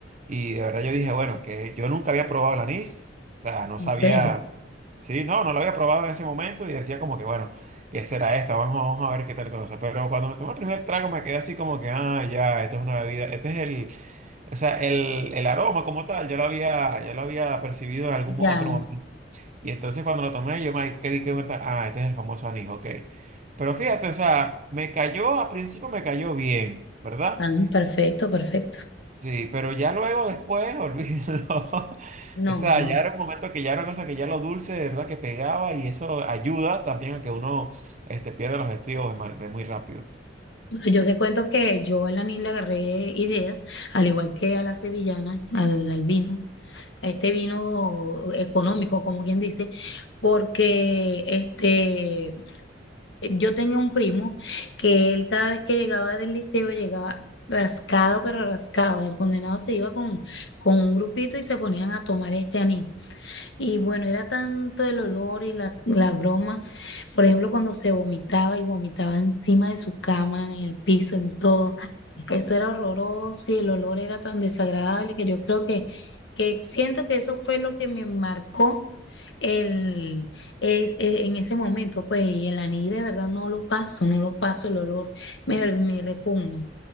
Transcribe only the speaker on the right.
y de verdad yo dije, bueno, que yo nunca había probado el anís, o sea, no
sabía.
Sí, no, no lo había probado en ese momento y decía como que, bueno, ¿qué será esto? Vamos, vamos a ver qué tal todo eso. Pero cuando me tomé el primer trago me quedé así como que, ah, ya, esto es una bebida, este es el, o sea, el, el aroma como tal, ya lo había, ya lo había percibido en algún
otro momento. Y entonces cuando lo tomé yo me quedé que cuenta, ah, este es el famoso anís, ok. Pero fíjate, o sea, me cayó, al principio me cayó bien, ¿verdad?
Sí, pero ya luego después, <laughs> olvídalo.
O sea,
ya era un momento que ya era una cosa que ya lo dulce, de verdad, que pegaba y eso ayuda también a que uno este, pierda los estribos de, ma- de muy rápido.